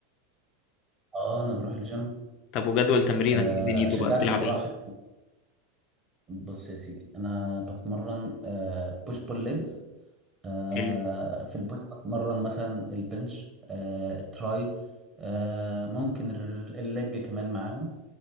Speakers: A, on the right; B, on the left.
A: آه، انا بروح الجيم
B: طب وجدول تمرينك
A: آه،
B: ايه دنيته
A: اشجعك
B: بقى بتلعب
A: بصراحة
B: ايه
A: بص يا سيدي انا بتمرن بوش بول ليجز آه،
B: حلو
A: في البوش بتمرن مثلا البنش آه، التراي آه، ممكن الر- الليج كمان معاهم